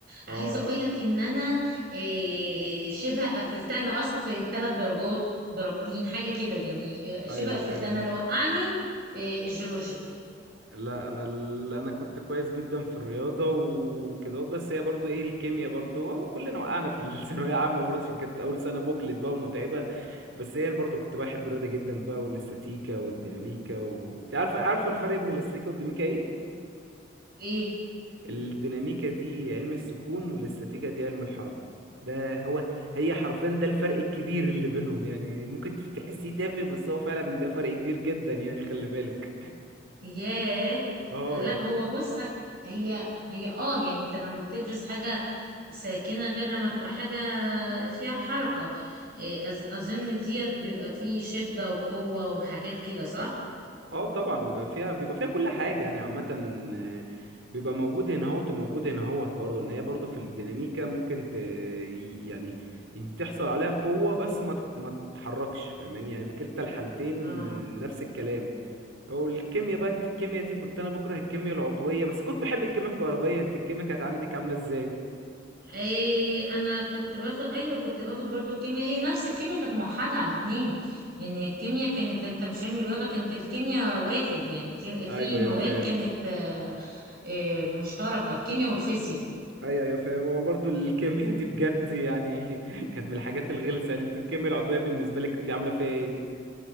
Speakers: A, on the right; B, on the right.
A: اه
B: عايزه اقول لك ان انا آه، شبه قفلتها انا قصت ثلاث درجات درجتين حاجه كده يعني آه، شبه
A: ايوه
B: قفلتها
A: فاهم
B: انا اللي وقعني آه، الجيولوجيا
A: لا انا ال... انا كنت كويس جدا في الرياضه وكده بس هي برضو ايه الكيمياء برضو أهو كلنا وقعنا في <laughs> الثانويه عامه برضه عشان كانت اول سنه بوكلت بقى ومتعبه بس هي برضو كنت بحب الرياضه جدا بقى والاستاتيكا والديناميكا و... انت عارفه عارفه الفرق بين الاستاتيكا والديناميكا ايه
B: ايه
A: الديناميكا دي علم السكون والاستاتيكا دي علم الحركه ده هو هي حرفيا ده الفرق الكبير اللي بينهم يعني ممكن تحسيه تافه بس هو فعلا ده فرق كبير جدا يعني خلي بالك
B: ياه
A: اه
B: لا
A: يعني
B: هو بص هي هي اه يعني انت لما بتدرس حاجة ساكنة غير لما تبقى حاجة فيها حركة إيه، أز- أظن ديت بيبقى فيه شدة وقوة وحاجات كده صح؟
A: اه طبعا بيبقى فيها بيبقى فيها كل حاجة يعني عامة آه، بيبقى موجود هنا اهوت وموجود هنا اهوت برضه ان هي برضه في الديناميكا ممكن ت... يعني بتحصل عليها قوة بس ما تت- ما تتحركش فاهماني يعني في كلتا الحالتين
B: اه
A: نفس الكلام والكيمياء بقى انت الكيمياء دي كنت انا بكره الكيمياء العضوية بس كنت بحب الكيمياء الكهربائية انت الكيمياء كانت عندك عاملة ازاي
B: ايه انا كنت باخد ايوه كنت باخد برضو الكيمياء هي نفس الكيمياء كانت موحدة على الاتنين يعني الكيمياء كانت انت مش علم رياضة كانت الكيمياء واحد يعني الكيم- في
A: ايوه ايوه
B: مواد
A: فاهم
B: كانت آه، آه، مشتركة الكيمياء والفيزياء
A: ايوه ايوه فاهم هو برضه الكيمياء دي بجد يعني <laughs> كانت من الحاجات الغلسة يعني انت الكيمياء العضوية بالنسبة لك كنت عاملة فيها ايه